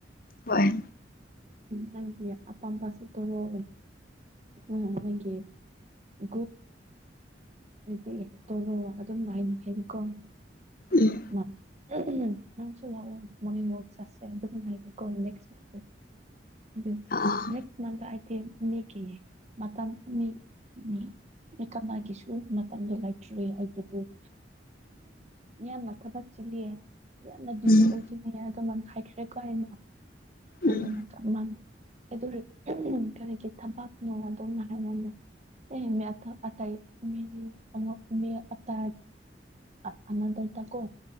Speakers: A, on the left; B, on the right.
A: ꯍꯣꯏ
B: ꯅꯪꯒꯤ ꯑꯄꯥꯝꯕꯁꯦ ꯇꯣꯔꯛꯑꯣ ꯑ ꯅꯪꯒꯤ ꯒꯨꯠ ꯍꯧꯖꯤꯛꯇꯤ ꯇꯧꯔꯣ ꯑꯗꯨꯝꯅ ꯑꯩꯅ ꯍꯩꯅꯤꯀꯣ ꯎꯝ
A: ꯎꯝ
B: ꯃꯥꯅ ꯎꯝ ꯎꯝ ꯅꯪꯁꯨ ꯂꯥꯛꯑꯣ ꯃꯣꯔꯅꯤꯡ ꯋꯥꯛ ꯆꯠꯁꯦ ꯑꯗꯨꯒ ꯍꯥꯏꯒꯦꯀꯣ ꯅꯦꯛꯁ ꯋꯤꯛꯇꯣ ꯑꯗꯨꯅꯦ
A: ꯑꯥ
B: ꯅꯦꯛꯁ ꯃꯟꯇ ꯑꯥꯏꯇꯦꯝ ꯃꯤꯒꯤ ꯃꯇꯝ ꯃꯤ ꯃꯤ ꯃꯤꯀꯞ ꯃꯥꯒꯤꯁꯨ ꯗꯨ ꯃꯇꯝꯗꯣ ꯂꯩꯇ꯭ꯔꯦ ꯑꯗꯨꯗꯤ ꯌꯥꯝꯅ ꯊꯕꯛ ꯆꯤꯜꯂꯤꯌꯦ ꯌꯥꯝꯅ ꯕꯤꯖꯤ
A: ꯎꯝ
B: ꯑꯣꯏꯈꯤꯅꯤ ꯑꯗꯣ ꯃꯥꯏꯅ ꯍꯥꯏꯈ꯭ꯔꯦꯀꯣ ꯑꯩꯅ ꯑꯗꯨꯅ
A: ꯎꯝ
B: ꯆꯠꯂꯅꯤ ꯀꯩꯗꯧꯔꯤ ꯍꯝ ꯀꯔꯤꯒꯤ ꯊꯕꯛꯅꯣ ꯑꯗꯣꯝꯅ ꯍꯥꯢꯅꯔ ꯑꯦ ꯃꯤꯌꯥꯊꯥ ꯑꯇꯩ ꯃꯤ ꯑꯃ ꯃꯤ ꯑꯇꯩ ꯑ ꯑꯅꯗ꯭ꯔꯗꯀꯣ